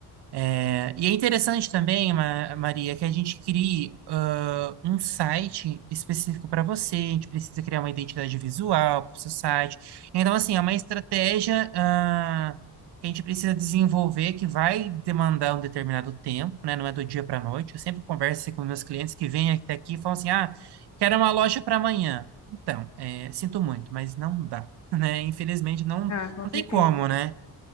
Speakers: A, on the right; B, on the left.
A: É, e é interessante também, Ma- Maria, que a gente crie ah, um site específico para você. A gente precisa criar uma identidade visual para o seu site. Então, assim, é uma estratégia ah, que a gente precisa desenvolver que vai demandar um determinado tempo, né? Não é do dia para a noite. Eu sempre converso assim, com meus clientes que vêm até aqui e falam assim: ah, quero uma loja para amanhã. Então, é, sinto muito, mas não dá, <laughs> né? Infelizmente, não, não
B: Ah, com certeza.
A: tem como, né?